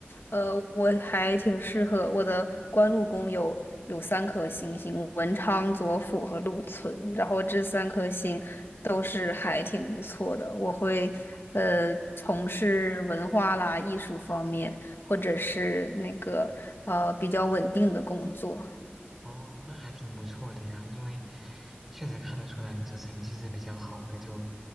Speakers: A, on the left (about 65°); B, in the centre.
A: 呃我还挺适合我的官禄宫有有三颗星星，文昌、左辅和禄存，然后这三颗星都是还挺不错的。我会呃从事文化啦、
B: 哦，
A: 艺术方面，或者是那个呃比较稳定的工作。
B: 哦那还挺不错的呀，因为确实看得出来你这成绩是比较好的，就